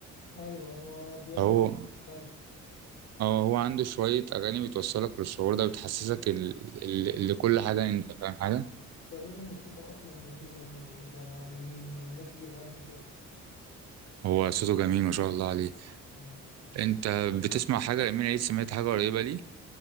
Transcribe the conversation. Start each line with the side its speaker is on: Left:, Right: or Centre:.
Left: ايوه ايوه بيعمل
Right: هو
Left: نوع مختلف
Right: اه هو عنده شوية أغاني بتوصلك للشعور ده بتحسسك ال... ال... لكل حاجة يعني أنت فاهم حاجة
Left: ده غير ان صوته اصلا جميل امير عيد ده انا من الناس اللي بحب صوته
Right: هو صوته جميل ما شاء الله عليه
Left: مم.
Right: أنت بتسمع حاجة أمير عيد سمعت حاجة قريبة ليه